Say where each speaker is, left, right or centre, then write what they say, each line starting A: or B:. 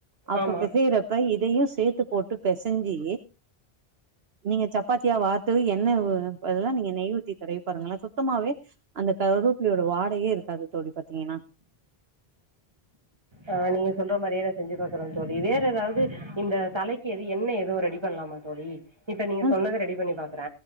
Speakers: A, on the right (about 70°); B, on the right (about 25°).
A: அப்ப
B: ஆமாம்
A: பெசைறப் ப இதையு சேத்து போட்டு பி பெசைஞ்சி நீங்க சப்பாத்தியா வாத் து எண்ணவ் அதெல்லா நீங்க நெய் உத் தி தடவி பாருங்களே சுத்தமாவே அந்த கருப்பிளையோட வாடையே இருக்காது தோழி பாத்தீங்கன்னா
B: ஆ நீங்க சொல்ற மாரியே நா செஞ்சு பாக்குற தோழி வேற ஏதாவது இந்த தலைக் கு எது எண்ண ஏதோ ரெடி பண்ணலாமா தோழி இப்ப நீங்க
A: ம்
B: சொன்னத ரெடி பண்ணி பாக்கற